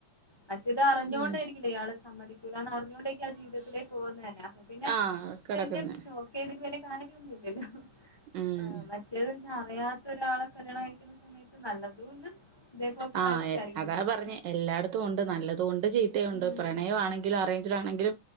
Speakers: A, on the left (about 45°); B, on the right (about 75°).
A: മറ്റത് അറി ഞ്ഞോണ്ടേരിക്കില്ലേ
B: ഉം
A: ഇയാള് സമ്മതി ക്കൂലാന്നാണ് ഞ്ഞോണ്ടേക്കും ആ ജീവിതത്തിലേ പോവ്ന്നേന്നെ അപ്പ പിന്നെ
B: ആ കിടക്കുന്ന്
A: വെല്യ ഷോക്കേ <unintelligible> കാര്യോന്നുല്ലല്ലോ
B: ഉം
A: ആ മറ്റേതും ചാർ ത്തൊരാള കല്യാണം കഴിക്കുന്ന സമയത്ത് നല്ലതും ഉണ്ട് ഇതേപോലത്തെ
B: ആഹ്
A: കുറച്ച്
B: എ
A: കാര്യങ്ങളും
B: അതാ
A: ഉണ്ട്
B: പറഞ്ഞെ എല്ലാടത്തു ഒണ്ട് നല്ലതു ഒണ്ട് ചീ ത്തെ ഒണ്ട്
A: ഉം
B: പ്രണയവാണെങ്കിലും അറേഞ്ച്ഡ് ആണ <unintelligible>